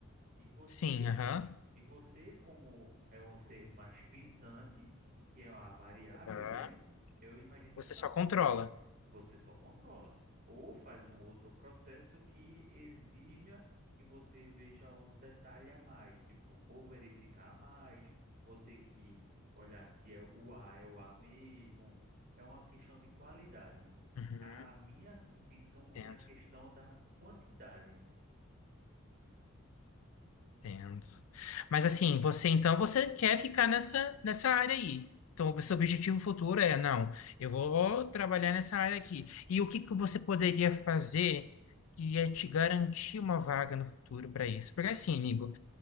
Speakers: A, on the right; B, on the left.
A: E você,
B: Sim, aham.
A: e você como é um ser mais pensante, que é uma variável,
B: Aham.
A: né? Eu imagino dessa
B: Você só controla.
A: forma. Você só controla. Ou faz um outro processo que exija que você veja um detalhe a mais. Tipo, vou verificar a mais, vou ter que olhar se é o A é o A mesmo. É uma questão de qualidade.
B: Uhum.
A: A minha intenção
B: Entendo,
A: é a questão da quantidade.
B: entendo.
A: No-
B: Mas assim, você então você quer ficar nessa nessa área aí. Então, o
A: Sim.
B: seu objetivo futuro é, não, eu vou trabalhar nessa área aqui. E o que que você poderia fazer que ia te garantir uma vaga no futuro para isso? Porque assim, Nigo,